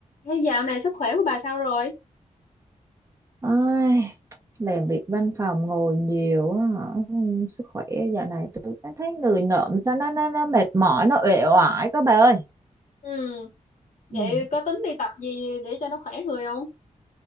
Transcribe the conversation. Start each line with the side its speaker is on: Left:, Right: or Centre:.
Left: Thế dạo này sức khỏe của bà sao rồi?
Right: ai làm việc văn phòng ngồi nhiều á hả? sức khỏe dạo này tôi cảm thấy người ngợm sao nó nó nó mệt mỏi nó uể oải các bà ơi
Left: Ừ,
Right: ừ.
Left: vậy có tính đi tập gì để cho nó khỏe người không?